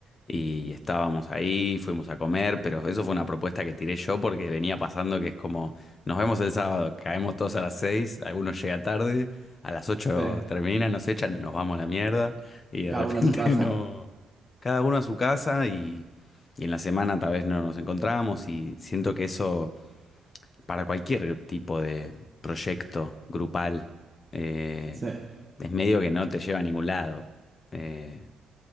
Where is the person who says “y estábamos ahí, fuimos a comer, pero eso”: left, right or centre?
Left